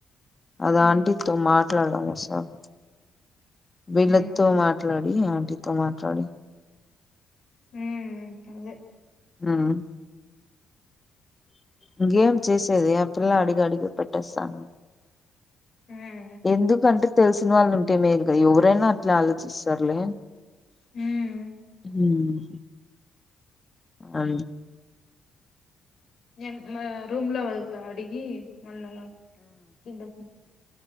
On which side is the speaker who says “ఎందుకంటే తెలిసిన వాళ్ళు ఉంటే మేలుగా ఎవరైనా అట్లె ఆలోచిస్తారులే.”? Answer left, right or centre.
Left